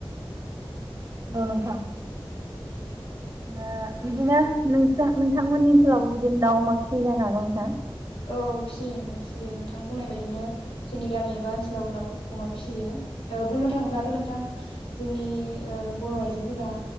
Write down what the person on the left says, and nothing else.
औ औ फिसियो नोंथां फिसियो नोंथां बुंनाय बायदिनो जोंनि गामि एबा ओनसोलाव दाउ अमा फिसियो बुंनो थाङोब्लाथ नोंथां जोंनि ओ बर' आइजोफोरा